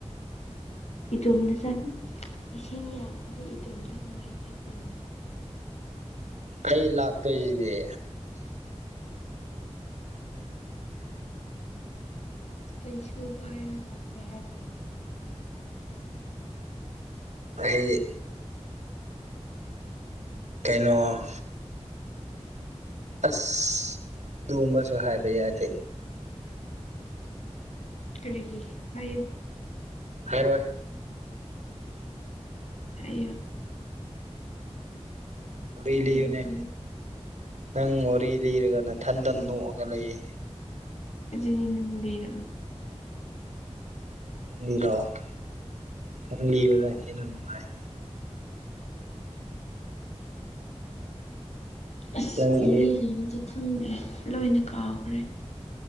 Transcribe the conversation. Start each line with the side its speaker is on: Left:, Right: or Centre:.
Left: ꯏꯇꯣꯝꯗ ꯏꯁꯤꯡ ꯌꯥꯝꯃꯗꯤ ꯏꯇꯣꯝꯗ ꯀꯃꯥꯏꯅ ꯆꯠꯇꯣꯏꯅꯤ
Right: ꯑꯩ ꯂꯥꯛꯇꯣꯏꯁꯤꯗꯤ
Left: ꯆꯩꯁꯨ ꯄꯥꯏꯔꯒ ꯂꯥꯛꯀꯦ ꯍꯥꯏꯕ꯭ꯔꯣ
Right: ꯑꯩ ꯀꯩꯅꯣ꯫ ꯑꯁ ꯑꯗꯨꯒꯨꯝꯕꯁꯨ ꯍꯥꯏꯕ ꯌꯥꯗꯦ
Left: ꯀꯔꯤꯒꯤ ꯍꯥꯏꯌꯨ
Right: ꯍꯥꯏꯔꯣꯏ꯫
Left: ꯍꯥꯏꯌꯣ꯫
Right: ꯋꯥꯔꯤ
Left: ꯍꯥꯏꯌꯨ
Right: ꯂꯤꯌꯨꯅꯦ
Left: ꯍꯥꯏꯌꯨ
Right: ꯅꯪ ꯋꯥꯔꯤ ꯂꯤꯔꯒ ꯅꯊꯟꯇꯟ ꯅꯣꯛꯑꯒ ꯂꯩꯌꯦ
Left: ꯑꯗꯨꯗꯤ ꯅꯪ ꯂꯤꯔꯛꯑꯣ
Right: ꯂꯤꯔꯥꯛꯑꫭ ꯅꯪ ꯂꯤꯕꯅ ꯍꯦꯟꯅꯥ ꯅꯨꯡꯉꯥꯏ
Left: ꯑꯁ
Right: ꯅꯪꯒꯤ
Left: <unintelligible> ꯇꯨꯝꯃꯤ ꯂꯣꯏꯅ ꯀꯥꯎꯈ꯭ꯔꯦ